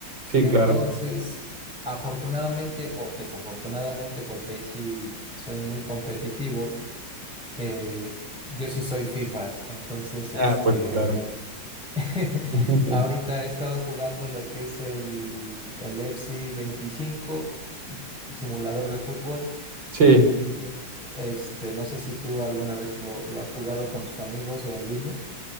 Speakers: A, on the right; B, in the centre.
A: Sí,
B: Entonces,
A: claro.
B: afortunadamente o desafortunadamente, porque ahí sí soy muy competitivo, eh, yo sí soy FIFAs, entonces,
A: Ah,
B: este...
A: pues claro.
B: <laughs>
A: <laughs>
B: Ahorita he estado jugando lo que es el, el FC veinticinco simulador de fútbol.
A: Sí,
B: Mm, Este, no sé si tú alguna vez lo, lo has jugado con tus amigos o en línea.